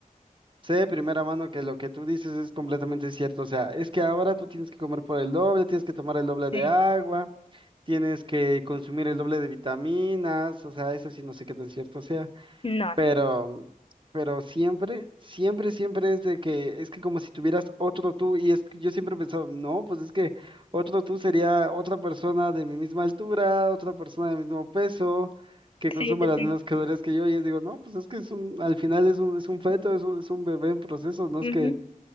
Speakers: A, on the right; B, on the left.
A: sé de primera mano que lo que tú dices es completamente cierto. O sea, es que ahora tú tienes que comer por el doble, tienes que tomar el doble
B: Sí.
A: de agua, tienes que consumir el doble de vitaminas. O sea, eso sí, no sé qué tan cierto sea.
B: No,
A: Pero,
B: no.
A: pero siempre, siempre, siempre es de que es que como si tuvieras otro tú y es que yo siempre he pensado, no, pues es que otro tú sería otra persona de mi misma altura, otra persona de mismo peso, que consuma
B: Sí, sí,
A: las
B: sí.
A: mismas calorías que yo y es digo, no, pues es que es un, al final es un, es un feto, es un, es un bebé en proceso, no es
B: Ujú.
A: que,